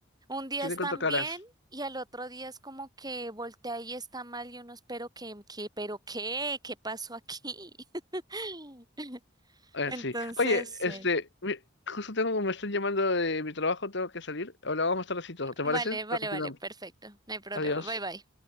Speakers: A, on the right; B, on the left.
A: un día
B: tienen
A: están
B: cuatro caras.
A: bien y al otro día es como que voltea y está mal y uno espero que, que, pero qué, ¿qué pasó aquí? <laughs>
B: Eh,
A: Entonces,
B: sí. Oye,
A: sí.
B: este, mi- justo tengo, me están llamando de mi trabajo, tengo que salir. Hablamos más tardecito, ¿te
A: Vale,
B: parece? Para
A: vale,
B: continuar.
A: vale, perfecto, no hay problema,
B: Adiós.
A: bye bye.